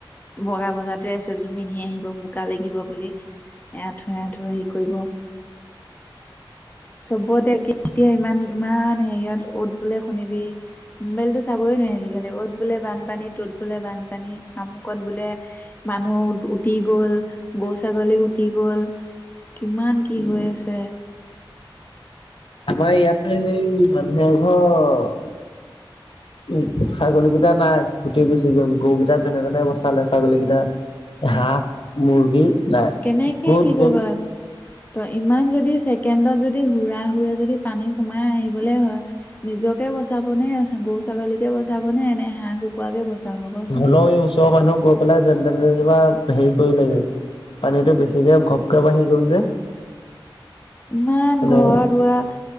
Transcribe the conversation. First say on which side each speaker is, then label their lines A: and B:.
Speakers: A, on the left; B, on the left.
A: বগা বগা ড্ৰেছ এযোৰ পিন্ধি আহিব বোকা লাগিব বুলি, এআথুৱ এআঠুৱ হেৰি কৰিব। চবতে একে এতিয়া ইমান ইমান হেৰিয়ত অত বোলে শুনিবি মোবাইলটো চাবই নোৱি আজিকালি অ'ত বোলে বানপানী ত'ত বোলে বানপানী, আমুকত বোলে মানুহ উটি গ'ল, গৰু-ছাগলী উটি গ'ল, কিমান কি হৈ আছে।
B: আমাৰ ইয়াতে সেই মানুহে এঘৰ উ ছাগলীকেইটা নাই, গুটি গুচি গ'ল গৰুকেইটা তেনেধণে বচালে, ছাগলীকেইটা, হাঁহ, মুৰ্গী, নাই
A: কেনেকে
B: ক'ত
A: কি
B: গ'ল
A: কৰিবা? ত ইমান যদি ছেকেণ্ডত যদি হুৰা হুৰে যদি পানী সোমাই আহিবলে হয়, নিজকে বচাব নে, গৰু-ছাগলীকে বচাব নে, এনে হাঁহ কুকু কুকুৰাকে বচাব কচোন
B: হ'লেও ওচৰৰ মানুহ গৈ পেলাই যেন তেনে যেনিবা হেৰি কৰিলেগে পানীটো বেছিকে ঘপক বাঢ়ি গ'ল যে,
A: ইমান
B: মানে
A: ঘৰ-দুৱাৰ